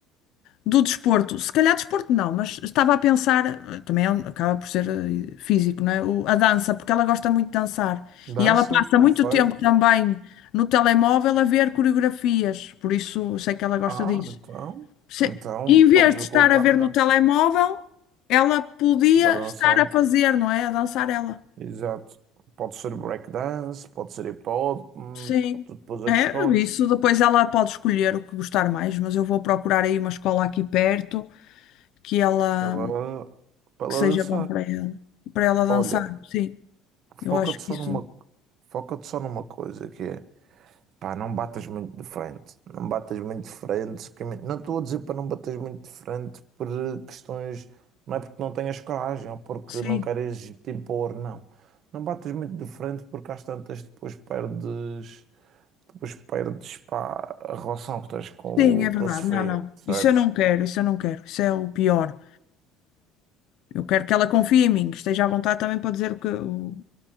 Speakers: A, on the left (about 55°); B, on the right (about 45°).
A: do desporto. Se calhar desporto não, mas estava a pensar, eh, também é um- acaba por ser eh, físico, não é? O- a dança, porque ela gosta muito de dançar.
B: Dança,
A: E ela passa
B: perfeito.
A: muito tempo também no telemóvel a ver coreografias, por isso eu sei que ela gosta
B: Ah,
A: disso.
B: então.
A: Se-
B: Então
A: Em
B: podes
A: vez de estar
B: colocar
A: a ver
B: na dança.
A: no telemóvel, ela podia
B: Vai dançar.
A: estar a fazer, não é? A dançar ela.
B: Exato. Pode ser breakdance, pode ser hip hop, hum,
A: Sim.
B: pá, tu depois é
A: É,
B: que escolhes.
A: isso depois ela pode escolher o que gostar mais, mas eu vou procurar aí uma escola aqui perto que ela
B: Para ela para
A: que
B: ela
A: seja
B: dançar.
A: bom para ela, para ela dançar.
B: Olha,
A: Sim,
B: foca-te
A: eu acho que
B: só
A: isso.
B: numa, foca-te só numa coisa que é. Pá, não batas muito de frente. Não batas muito de frente. que Não estou a dizer para não bateres muito de frente por eh, questões. Não é porque não tenhas coragem ou porque
A: Sim.
B: não queres te impor, não. Não batas muito de frente porque às tantas depois perdes. Depois perdes, pá, a relação que tens com,
A: Sim, é
B: o- com
A: verdade.
B: a Sofia,
A: Não, não.
B: sabes
A: Isso eu não quero, isso eu não quero. Isso é o pior. Eu quero que ela confie em mim, que esteja à vontade também para dizer o que, o,